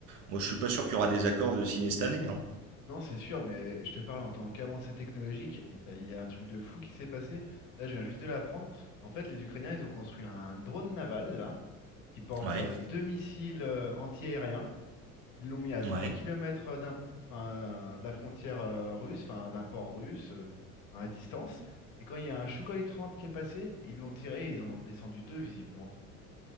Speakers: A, on the right; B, on the left.
A: moi je suis pas sûr qu'il y aura des accords de signer cette année. hein.
B: Non, c'est sûr, mais je te parle en tant qu'avancée technologique. mais t'as- Il y a un truc de fou qui s'est passé. Là, je viens juste de l'apprendre. En fait, les Ukrainiens, ils ont construit un drone naval, là, qui porte
A: Ouais,
B: euh, deux missiles euh, anti-aériens. Ils l'ont mis à trente
A: ouais,
B: kilomètres d'un, enfin, de la frontière euh, russe, enfin, d'un port russe, euh, à distance. Et quand il y a un Sukhoi 30 qui est passé, ils l'ont tiré et ils en ont descendu deux, visiblement.